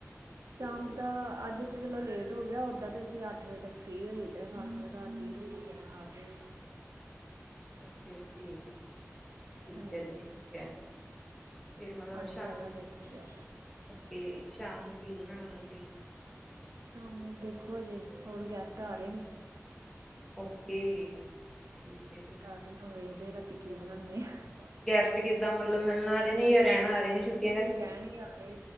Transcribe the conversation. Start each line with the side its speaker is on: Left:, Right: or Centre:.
Right: ਸ਼ਾਮ ਦਾ ਅੱਜ ਤਾਂ ਚਲੋ ਲੇਟ ਹੋ ਗਯਾ, ਓਦਾਂ ਤਾਂ ਅਸੀਂ ਅੱਠ ਵਜੇ ਤੱਕ ਫ੍ਰਰੀ ਹੋ ਜਾਈ ਦਾ ਰਾਤ ਦੀ ਰੋਟੀ ਖਾਕੇ।
Centre: ਓਕੇ-ਓਕੇ। ਠੀਕ
Right: ਹਾਂਜੀ
Centre: ਐ ਜੀ, ਠੀਕ ਐ ਫਿਰ ਮਤਲਬ
Right: ਅੱਜ
Centre: ਸ਼ਾਮ
Right: ਜ਼ਿਆਦਾ ਲੇਟ ਹੋ ਗਿਆ
Centre: ਤੇ ਸ਼ਾਮ ਨੂੰ ਕੀ ਬਨਾਨਾ ਤੁਸੀਂ?
Right: ਸ਼ਾਮ ਨੂੰ ਦੇਖੋ, ਹਜੇ ਹੋਰ ਗੈਸਟ ਆ ਰੇਨੇ।
Centre: ਓਕੇ, ਠੀਕ ਏ ਜੀ।
Right: ਕਿੰਨਾ ਵੇਖਦੇ ਰੈਂਦੇ ਰਾਤੀਂ ਕੀ ਬਨਾਣੇ ਆ
Centre: ਗੈਸਟ ਕਿੱਦਾਂ ਮਤਲਬ ਮਿਲਣ ਆ ਰਹੇ ਨੇ ਯਾ ਰਹਿਣ ਆ ਰੇਨੇ ਛੁੱਟੀ
Right: ਨਈਂ ਰੈਂਣ ਈ ਆਰੇ,